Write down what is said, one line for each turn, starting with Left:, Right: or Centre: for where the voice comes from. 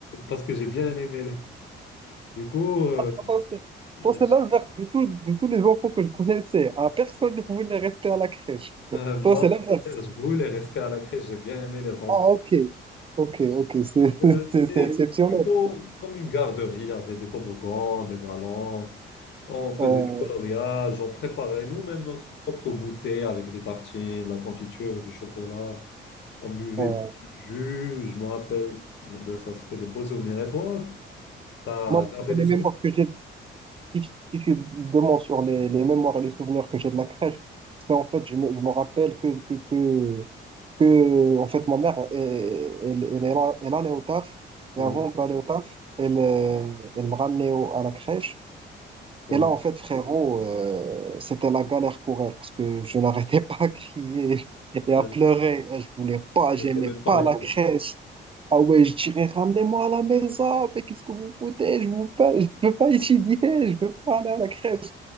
Left: parce que j'ai bien aimé les... Du coup, euh,
Right: Attends, c'est
Left: euh,
Right: attends, c'est l'inverse de, tout- de tous les enfants que je connaissais. hein. Personne ne voulait rester à la crèche.
Left: euh, moi,
Right: Toi, c'est
Left: au
Right: l'inverse.
Left: contraire, je voulais rester à la crèche. J'ai bien aimé les enfants
Right: Ah, ok. Ok, ok, c'est
Left: parce que
Right: <laughs> c'est-
Left: c'était
Right: c'est exceptionnel.
Left: plutôt comme une garderie. Il y avait des toboggans, des ballons. On faisait
Right: Ouais,
Left: du coloriage. On préparait nous-mêmes notre propre goûter avec des tartines, de la confiture, du chocolat. On buvait
Right: ouais.
Left: du jus. Je me rappelle de ça. C'était de beaux souvenirs. Et toi, t'as
Right: Moi,
Left: gardé des
Right: les
Left: souvenirs?
Right: mémoires que j'ai, si je si je suis sur les, les mémoires, et les souvenirs que j'ai de la crèche, c'est en fait, je me, je me rappelle que, que, que, que, en fait, ma mère, elle, elle, elle, elle- elle allait au taf, et
Left: Oui,
Right: avant d'aller au taf, elle, euh, elle me ramenait au- à la crèche,
Left: oui.
Right: Et là, en fait, frérot, euh, c'était la galère pour elle parce que je n'arrêtais <laughs> pas à crier et à
Left: Euh,
Right: pleurer. Je voulais pas,
Left: Et
Right: j'aimais
Left: t'aimais pas
Right: pas
Left: l'école.
Right: la crèche. Ah ouais, je dirais, ramenez-moi à la maison, mais qu'est-ce que vous foutez? Je veux pas, je veux pas étudier, je veux pas aller à la crèche.